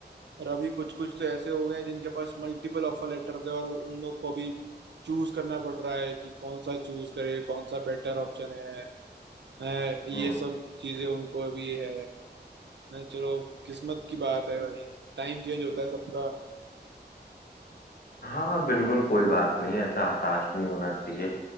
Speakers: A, on the right (about 80°); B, on the left (about 60°).
A: और अभी कुछ कुछ तो ऐसे हो गए हैं जिनके पास मल्टीपल ऑफर लेटर्स है और उन लोग को भी चूज करना पड़ रहा है कि कौन सा चूज करे कौन सा बेटर ऑप्शन है हैं, ये
B: हम्म
A: सब चीजें उनको भी है हैं, चलो किस्मत की बात है भाई टाइम चेंज होता है सबका
B: हाँ बिल्कुल कोई बात नहीं ऐसा हताश नहीं होना चाहिए